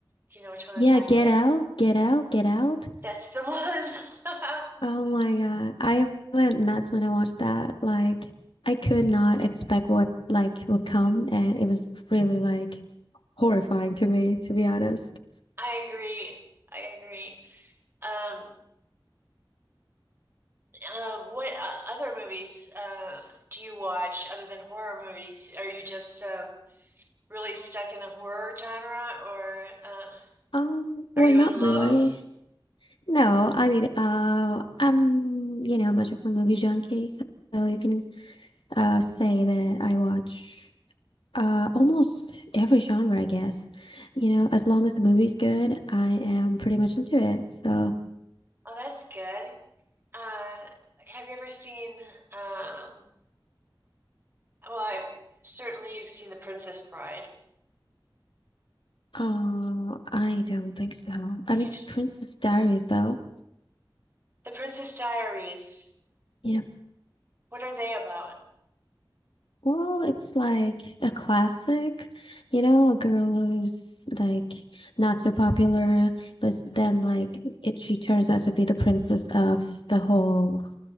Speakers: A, on the right; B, on the left.
A: Do you know which one I'm
B: yeah,
A: talking
B: Get
A: about?
B: Out, Get Out, Get Out.
A: That's the one. <laughs>
B: Oh my God. I went nuts when I watched that. Like I could not expect what like would come and it was really like horrifying to me, to be honest.
A: I agree. I agree. Um, um, what uh, other movies uh, do you watch other than horror movies? Are you just um, really stuck in the horror genre, or uh,
B: Um, well
A: are you
B: not
A: in love?
B: really. No, I mean uh I'm you know much of a movie junkie, so, so you can uh say that I watch uh almost every genre, I guess. You know, as long as the movie's good, I am pretty much into it. So
A: Oh, that's good. Uh, have you ever seen? Um, well, I, certainly you've seen The Princess Bride.
B: Oh, I don't think so. I
A: You,
B: mean, the Princess Diaries, though.
A: The Princess Diaries.
B: Yeah.
A: What are they about?
B: Well, it's like a classic, you know, a girl who's like not so popular, but s- then like it, she turns out to be the princess of the whole